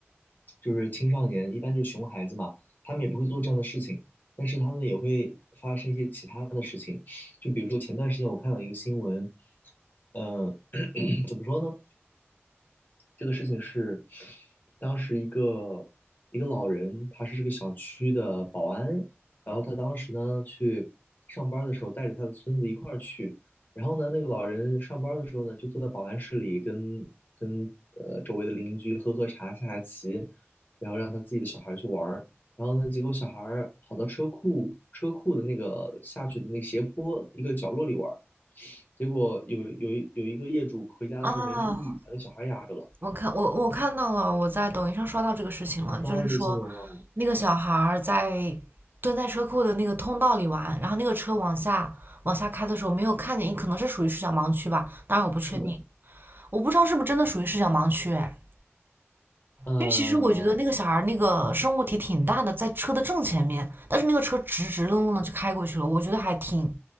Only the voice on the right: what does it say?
哦，我看我我看到了，我在抖音上刷到这个事情了，
就是说那个小孩儿在蹲在车库的那个通道里玩，然后那个车往下往下开的时候没有看见，可能是属于视角盲区吧，当然我不确定，
我不知道是不是真的属于视角盲区，哎，
因为其实我觉得那个小孩儿那个生物体挺大的，在车的正前面，但是那个车直直愣愣的就开过去了，我觉得还挺